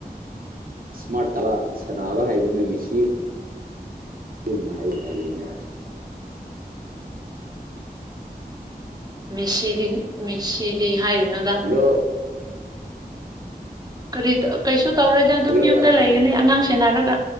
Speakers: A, on the right; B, on the right.
A: ꯏꯁꯃꯥꯔꯠ ꯇꯕ ꯁꯥꯟꯅꯕ ꯍꯥꯏꯕꯅ ꯃꯦꯁꯤ ꯆꯨꯝꯅ ꯍꯥꯏꯌꯨ ꯎꯄꯥꯏ ꯂꯩꯅꯤ
B: ꯃꯦꯁꯤꯗꯤ ꯃꯦꯁꯤꯗꯤ ꯍꯥꯏꯔꯨꯅꯨꯗꯥ
A: ꯑꯗꯣ
B: ꯀꯔꯤ ꯇ ꯀꯩꯁꯨ ꯇꯧꯔꯣꯏꯗ ꯑꯗꯨꯝ
A: ꯑꯣꯏꯔꯣꯕ
B: ꯌꯨꯝꯗ ꯂꯩꯒꯅꯤ ꯑꯉꯥꯡ ꯁꯦꯟꯅꯔꯒ